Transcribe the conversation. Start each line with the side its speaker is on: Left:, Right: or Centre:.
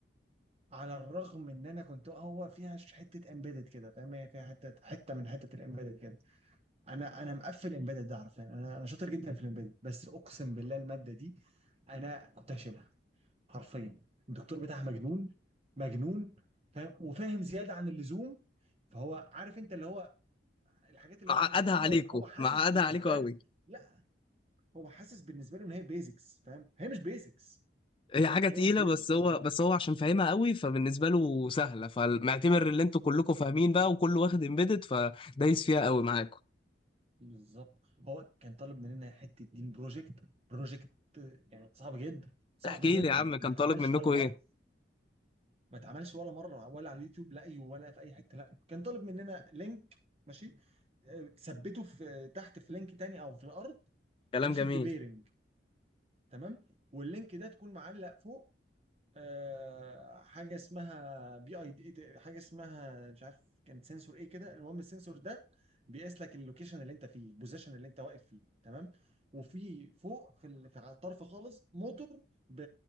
Right: على الرغم ان انا كنت هو فيها ش- حته امبيدد كده فاهم هي فيها حته حته من حته الامبيدد كده انا انا مقفل امبيدد ده عارفين انا انا شاطر جدا في الامبيدد بس اقسم بالله الماده دي انا كنت هشيلها حرفيا الدكتور بتاعها مجنون مجنون فاهم وفاهم زياده عن اللزوم فهو عارف انت اللي هو الحاجات اللي
Left: معقدها
Right: هو بيحطها
Left: عليكوا
Right: لنا هو حاسس
Left: معقدها
Right: بالنسبه
Left: عليكوا قوي
Right: له لا هو حاسس بالنسبه له ان هي بيزكس فاهم هي مش بيزكس
Left: هي حاجة تقيلة
Right: هي مش بيزكس
Left: بس هو
Right: هو
Left: بس هو عشان فاهمها قوي فبالنسبة له سهلة فمعتبر اللي انتوا كلكوا فاهمين بقى وكله واخد امبيدد فدايس فيها قوي معاكوا
Right: بالظبط هو كان طالب مننا حته دين بروجكت بروجكت يعني صعب جدا صعب
Left: احكي
Right: جدا
Left: لي يا عم كان
Right: ما اتعملش
Left: طالب منكوا
Right: ولا مره
Left: ايه
Right: ما اتعملش ولا مره ولا على اليوتيوب لا أيوه ولا في اي حته لا كان طالب مننا لينك ماشي آه، تثبته في تحت في لينك تاني او في الارض
Left: كلام
Right: ماشي
Left: جميل
Right: ببيرنج تمام واللينك ده تكون معلق فوق آه، حاجه اسمها بي اي دي حاجه اسمها مش عارف كان سنسور ايه كده المهم السنسور ده بيقيس لك اللوكيشن اللي انت فيه البوزيشن اللي انت واقف فيه تمام وفي فوق في ال- في على الطرف خالص موتور ب...